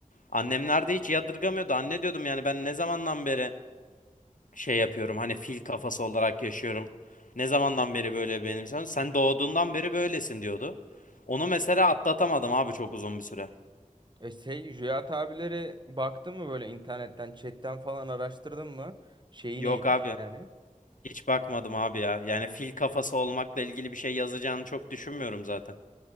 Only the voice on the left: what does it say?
Annemler de hiç yadırgamıyordu. Anne diyordum yani ben ne zamandan beri şey yapıyorum hani fil kafası olarak yaşıyorum. Ne zamandan beri böyle benim sen? Sen doğduğundan beri böylesin diyordu. Onu mesela atlatamadım abi çok uzun bir süre.
Yok
abi
hiç bakmadım abi ya. Yani fil kafası olmakla ilgili bir şey yazacağını çok düşünmüyorum zaten.